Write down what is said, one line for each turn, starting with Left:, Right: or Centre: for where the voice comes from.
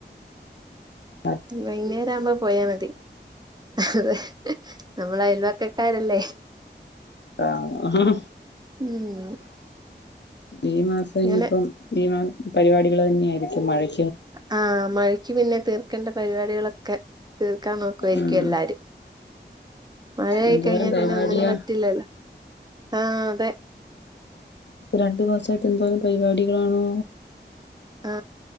Left: നാളെ
Right: വൈന്നേരാവുമ്പോ പോയാ മതി അതെ നമ്മള് അയല്പക്കരാല്ലേ
Left: ആണോ
Right: ഉം
Left: ഈ മാസം
Right: ഇങ്ങനെ
Left: ഇനിയിപ്പം ലീവാ പരിപാടികൾ തന്നെയായിരിക്കും മഴയ്
Right: ആ മഴക്ക് പിന്നെ തീർ ക്കണം പരിപാടികളൊക്കെ തീർക്കാൻ നോക്കുവായിരിക്കും
Left: ഉം
Right: എല്ലാരും മഴയായി
Left: എന്തോരം
Right: കഴിഞ്ഞാ
Left: പരിപാടിയാ
Right: പിന്നെ ഒന്നിനും പറ്റില്ലല്ലോ ആ അതെ
Left: രണ്ടു മാസായിട്ട് എന്തോരം പരിപാടികളാണോ
Right: ആ